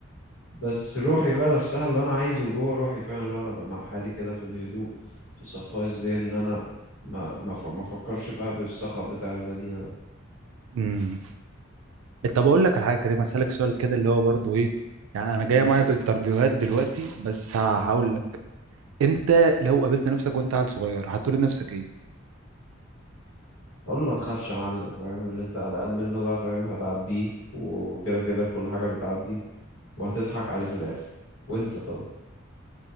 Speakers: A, on the left; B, on the right.
A: بس روحي بقى نفسها اللي انا عايزه جوه روحي فعلا اللي هو انا بقى مع حالي كده في الهدوء في صفاء الذهن ان انا ما ما ف- ما افكرش بقى بالصخب بتاع المدينه ده
B: امم طب اقول لك على حاجة كريم هسألك سؤال كده اللي هو برضو ايه يعني انا جاية
A: مم.
B: معايا بانترفيوهات دلوقتي بس ه- هقول لك انت لو قابلت نفسك وانت عيل صغير هتقول لنفسك ايه
A: اقول له ما تخافش يا معلم فاهم اللي انت قلقان منه بقى فاهم هتعديه وكده كده كل حاجه بتعدي وهتضحك عليه في الاخر وانت طب